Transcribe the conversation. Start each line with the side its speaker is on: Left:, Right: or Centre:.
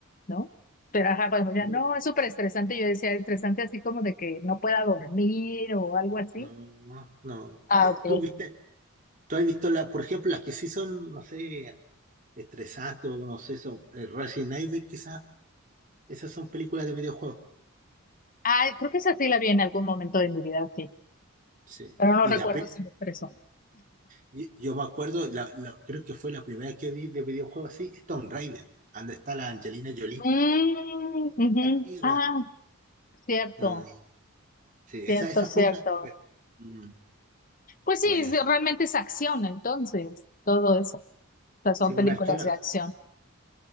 Left: ¿no? Pero ajá, cuando ya
Right: Bueno,
Left: no, es súper estresante, yo decía, estresante así como de que no pueda dormir o algo así.
Right: No, no, no.
Left: Ah,
Right: Eh,
Left: ok.
Right: ¿Tú viste, tú has visto la, por ejemplo, las que sí son, no sé, estresantes o no sé, son eh, Resident Evil, quizás, esas son películas de videojuegos.
Left: Ah, creo que esa sí la vi en algún momento de mi vida, sí.
Right: Sí.
Left: pero no
Right: Y
Left: recuerdo
Right: de ape-
Left: si me expresó.
Right: y- yo me acuerdo, la- la- creo que fue la primera que vi de videojuego así, es Tomb Raider, donde está la Angelina Jolie,
Left: Mm, ujú.
Right: antigua.
Left: Ah, cierto,
Right: Mm, sí,
Left: cierto,
Right: esa, esa
Left: cierto.
Right: fue una. Mm,
Left: Pues sí,
Right: buena.
Left: es- realmente es acción, entonces, todo eso. O sea, son
Right: Sí,
Left: películas
Right: una arqueóloga.
Left: de acción.